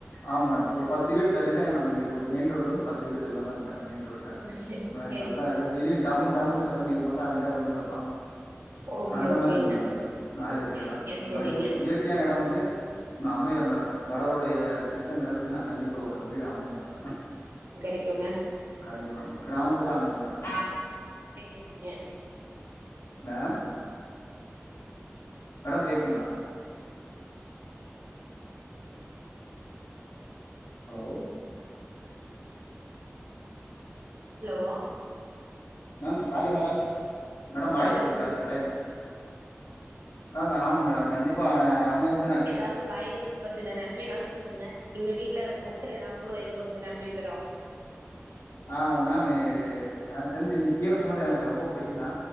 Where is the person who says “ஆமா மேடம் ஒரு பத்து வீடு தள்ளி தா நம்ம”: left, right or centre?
Left